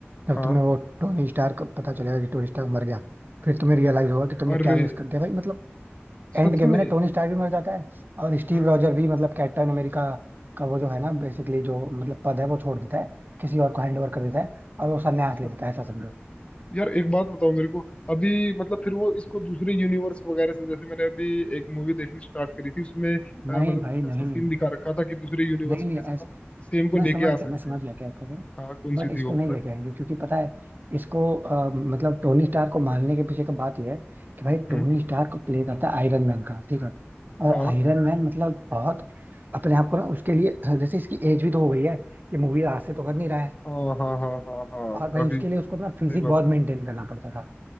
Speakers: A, on the right; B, on the left.
A: जब
B: हाँ
A: तुम्हें वो टोनी स्टार्क का पता चलेगा कि टोनी स्टार्क मर गया फिर तुम्हें रियलाइज होगा कि तुमने
B: अरे
A: क्या मिस कर दिया भाई मतलब एंड
B: सच
A: गेम
B: में
A: में ना टोनी स्टार्क भी मर जाता है और स्टीव
B: हाँ
A: रॉजर भी मतलब कैप्टन अमेरिका का वो जो है ना
B: हाँ,
A: बेसिकली जो मतलब पद है वो छोड़ देता है किसी और को हैंड ओवर कर देता है और वो सन्यास
B: अच्छा
A: ले लेता है ऐसा समझो
B: यार एक बात बताओ मेरे को अभी मतलब फिर वो इसको दूसरे यूनिवर्स वगैरह से जैसे मैंने अभी एक मूवी देखनी स्टार्ट करी थी उसमें अ,
A: नहीं
B: मतलब
A: भाई
B: कुछ ऐसा
A: नहीं
B: सीन
A: नहीं
B: दिखा रखा था कि दूसरे यूनिवर्स
A: नहीं
B: में से हम सेम
A: मैं
B: को
A: समझ
B: लेके
A: गया
B: आ सकते
A: मैं समझ
B: हैं
A: गया क्या कह रहे
B: हाँ कौन
A: बट
B: सी
A: इसको
B: थी वो पता
A: नहीं लेके आएंगे क्योंकि पता है इसको अ, मतलब टोनी स्टार को मारने के पीछे का बात यह है कि भाई
B: नहीं
A: टोनी
B: हम्म
A: स्टार को प्ले करता है आयरन मैन का ठीक है और
B: हाँ
A: आयरन मैन मतलब बहुत अपने आप को ना उसके लिए जैसे इसकी एज भी तो हो गई है ये मूवी आज से तो कर नहीं रहा है
B: हाँ हाँ हाँ हाँ हाँ
A: और भाई
B: काफी
A: उसके
B: सही
A: लिए उसको ना फिजिक
B: बात
A: बहुत
B: है
A: मेंटेन करना पड़ता था